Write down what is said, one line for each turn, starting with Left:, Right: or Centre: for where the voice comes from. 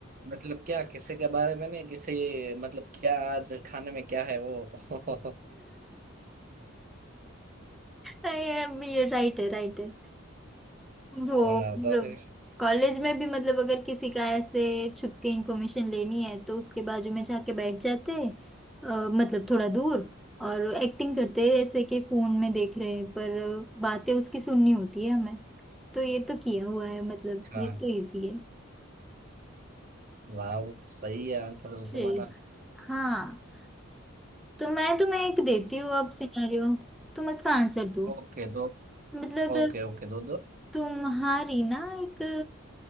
Right: मतलब क्या किसी के बारे में नहीं किसी मतलब क्या आज खाने में क्या है वो <laughs>
Centre: ये राइट है राइट है वो
Right: हाँ, तो फिर
Centre: कॉलेज में भी मतलब अगर किसी का ऐसे छुप के इंफॉर्मेशन लेनी है तो उसके बाजू में जाके बैठ जाते अ, मतलब थोड़ा दूर और एक्टिंग करते ऐसे कि फोन में देख रहे हैं पर बातें उसकी सुननी होती है हमें तो ये तो किया हुआ है मतलब
Right: हाँ
Centre: ये तो इजी है
Right: वाह सही है आंसर तो
Centre: जी
Right: तुम्हारा
Centre: हाँ तो मैं तुम्हें एक देती हूँ अब सिनेरियो तुम इसका आंसर दो
Right: ओके दो
Centre: मतलब
Right: ओके ओके दो दो
Centre: तुम्हारी ना एक